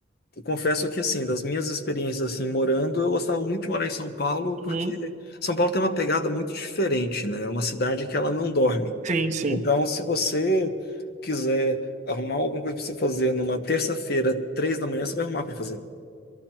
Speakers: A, on the left; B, on the right.
A: Eu confesso que, assim, das minhas experiências, assim, morando, eu gostava muito de morar em São Paulo,
B: Uhum.
A: porque São Paulo tem uma pegada muito diferente, né? É uma cidade que ela não dorme.
B: Sim, sim.
A: Então, se você quiser arrumar alguma coisa para você fazer numa terça-feira, três da manhã, você vai arrumar para fazer.